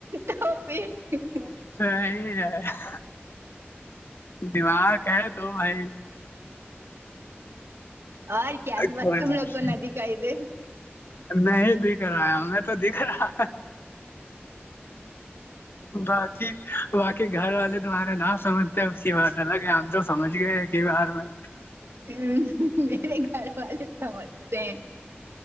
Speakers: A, on the right; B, on the left.
A: تو پھر
B: صحیح رہائے دماغ ہے تو بھائی
A: اور کیا بات
B: کوئی
A: تم لوگ کو
B: نہیں
A: نہ د کہہ دے
B: نہیں دیکھ رہا ہے میں تو دیکھ رہا باقی باقی گھر والے تمہارا نا سمجھتے ہیں اس کی بات پ الگ ہم تو سمجھ گئے ایک ہی بار میں
A: ہ میرے گھر والے سمجھتے ہیں